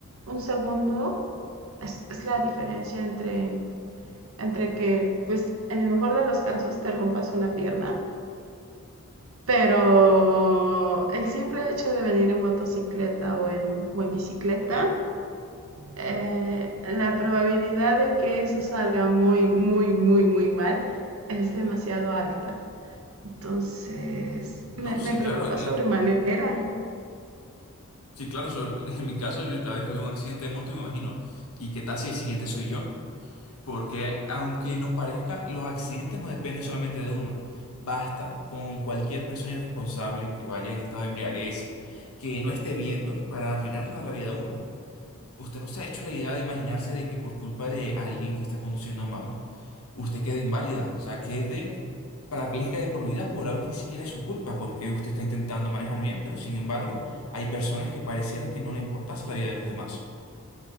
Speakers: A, on the right; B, on the left.
A: un segundo es, es, la diferencia entre, entre que, pues en el mejor de los casos te rompas una pierna, pero el simple hecho de venir en motocicleta o en, o en bicicleta, eh, la probabilidad de que eso salga muy, muy, muy, muy mal es demasiado alta. Entonces,
B: No,
A: me,
B: sí,
A: me preocupa
B: claro. y-
A: sobremanera.
B: sí, claro, sobre- <laughs> en mi caso, yo cada vez que veo un accidente de moto me imagino, ¿y qué tal si el siguiente soy yo? Porque aunque no parezca, los accidentes no dependen solamente de uno. Basta con cualquier persona irresponsable que vaya en estado de embriaguez, que no esté viendo para arruinar la, la vida de uno. Usted no se ha hecho la idea de imaginarse de que por culpa de alguien que está conduciendo mal, usted quede inválida. O sea, quede parapléjica de por vida por algo que ni siquiera es su culpa, porque usted está intentando manejar bien, pero sin embargo, hay personas que pareciera que no le importase la vida de los demás.